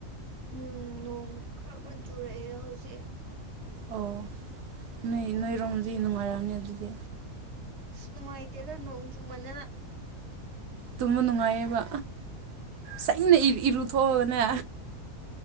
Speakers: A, on the right (about 45°); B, on the right (about 80°).
A: ꯎꯝ ꯅꯣꯡ ꯈꯔ ꯈꯔ ꯆꯨꯔꯛꯑꯦ ꯍꯧꯖꯤꯛ꯫
B: ꯑꯣ ꯅꯣꯏ ꯅꯣꯏꯔꯣꯝꯗꯤ ꯅꯨꯡꯉꯥꯏꯔꯝꯅꯤ ꯑꯗꯨꯗꯤ꯫
A: ꯏꯁ ꯅꯨꯡꯉꯥꯏꯇꯦꯗ ꯅꯣꯡ ꯆꯨꯃꯟꯗꯅ꯫
B: ꯇꯨꯝꯕ ꯅꯨꯡꯉꯥꯏꯌꯦꯕ꯫ ꯁꯩꯅ ꯏ-ꯏꯔꯨꯊꯣꯛꯑꯒꯅꯦ